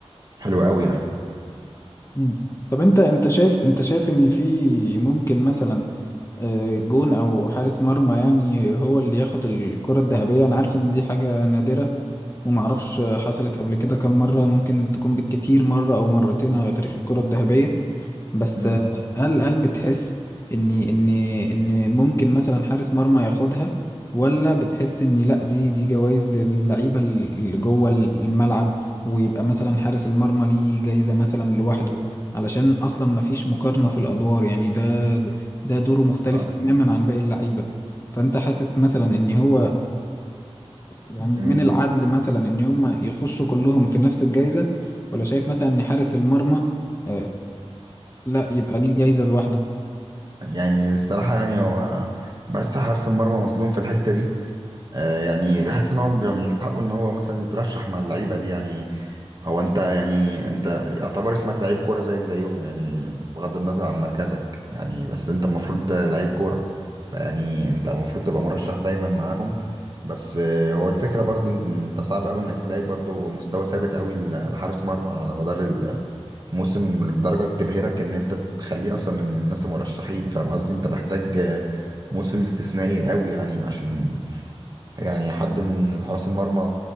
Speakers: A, on the right; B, on the left.
A: حلو قوي يعني
B: مم. طب انت انت شايف انت شايف ان في ممكن مثلا آه، جون او حارس مرمى يعني هو اللي ياخد الكرة الذهبية انا عارف ان دي حاجة نادرة ومعرفش حصلت قبل كده كم مرة ممكن تكون بالكتير مرة او مرتين على تاريخ الكرة الذهبية بس
A: مم.
B: آه، هل هل بتحس ان ان ان ممكن مثلا حارس مرمى ياخدها ولا بتحس ان لا دي دي جوائز للعيبه اللي جوه الملعب ويبقى مثلا حارس المرمى ليه جايزه مثلا لوحده علشان اصلا ما فيش مقارنه في الادوار يعني ده ده دوره مختلف
A: آه،
B: تماما عن باقي اللعيبه فانت حاسس مثلا ان هو يعني
A: مم.
B: من العدل مثلا ان هم يخشوا كلهم في نفس الجايزه ولا شايف مثلا ان حارس المرمى آه، لا يبقى ليه جايزه لوحده
A: يعني الصراحة يعني هو بس حارس المرمى مظلوم في الحتة دي آه يعني بحس إن هو بيبقى من حقه إن هو مثلا يترشح مع اللعيبة دي يعني هو انت يعني انت يعتبر اسمك لعيب كوره زيك زيهم يعني بغض النظر عن مركزك يعني بس انت المفروض لعيب كوره فيعني انت المفروض تبقى مرشح دايما معاهم بس آه، هو الفكره برضو ان انت صعب قوي انك تلاقي برضو مستوى ثابت قوي ل- لحارس مرمى على مدار الموسم لدرجه تبهرك ان انت تخليه اصلا من الناس المرشحين فاهم قصدي انت محتاج آه، موسم استثنائي قوي يعني عشان يعني حد من حراس المرمى